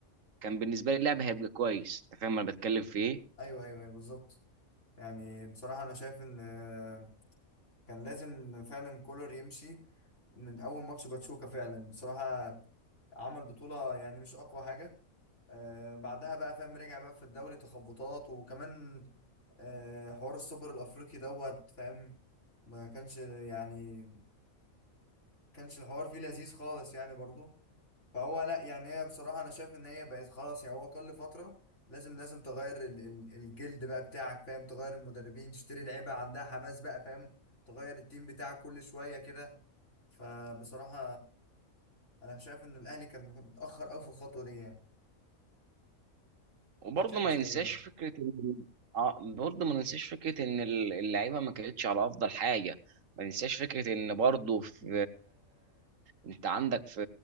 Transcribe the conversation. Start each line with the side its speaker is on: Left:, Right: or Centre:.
Right: كان بالنسبه لي اللعب هيبقى كويس انت فاهم انا بتكلم في ايه؟
Left: ايوه ايوه ايوه بالظبط يعني بصراحة انا شايف ان آه، كان لازم فعلا كولر يمشي من اول ماتش باتشوكا فعلا بصراحة عمل بطولة يعني مش اقوى حاجة آه بعدها بقى فاهم رجع بقى في الدوري تخبطات وكمان آه حوار السوبر الافريقي دوت فاهم ما كانش يعني كانش الحوار فيه لذيذ خالص يعني برضو فهو لا يعني هي بصراحة أنا شايف إن هي بقت خلاص يعني هو كل فترة لازم لازم تغير ال- ال- الجلد بقى بتاعك فاهم تغير المدربين تشتري لعيبة عندها حماس بقى فاهم تغير التيم بتاعك كل شوية كده فبصراحة أنا شايف إن الأهلي كان متأخر أوي في الخطوة دي يعني
Right: وبرضه
Left: أكيد شايف
Right: ما
Left: زي
Right: ننساش
Left: يعني
Right: فكره إن- اه برضه ما ننساش فكره ان ال- اللعيبه ما كانتش على افضل حاجه ما ننساش فكره ان برضه في انت عندك في